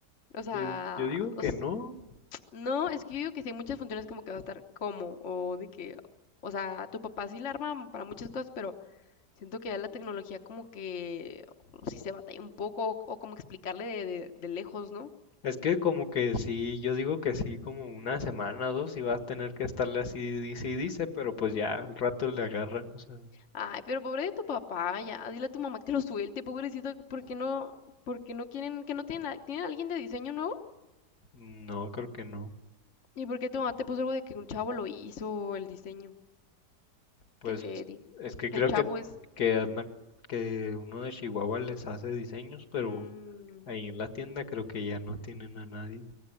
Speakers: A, on the left (about 45°); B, on the left (about 65°).
A: O sea,
B: pues yo digo que
A: os-
B: no,
A: No, es que yo digo que sí muchas funciones como que va a estar como, o de que, o sea, tu papá sí la arma para muchas cosas, pero siento que ya la tecnología como que sí se batalla un poco, o, o como explicarle de, de- de lejos, ¿no?
B: Es que como que sí, yo digo que sí, como una semana o dos y vas a tener que estarle así, dice y dice, pero pues
A: Ujú.
B: ya al rato le agarra, o sea,
A: Ay, pero pobre de tu papá, ya, dile a tu mamá que lo suelte, pobrecito, ¿por qué no, por qué no quieren, que no tienen, a- tienen a alguien de diseño nuevo?
B: no, creo que no.
A: ¿Y por qué tu mamá te puso algo de que un chavo lo hizo el diseño?
B: Pues
A: ¿Qué te di?
B: es que creo
A: ¿Qué chavo
B: que,
A: es?
B: que, anda- que uno de Chihuahua les hace diseños, pero
A: Mm.
B: ahí en la tienda creo que ya no tienen a nadie.